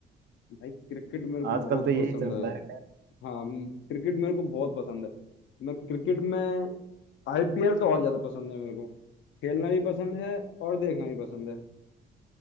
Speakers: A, on the left; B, on the right.
A: भाई क्रिकेट मेरे को
B: आजकल
A: बहुत
B: तो यही
A: पसंद
B: चल
A: है
B: रहा है खैर
A: हाँ क्रिकेट मेरे को बहुत पसंद है मैं क्रिकेट में आईपीएल तो और ज्यादा पसंद है मेरे को खेलना भी पसंद है और देखना भी पसंद है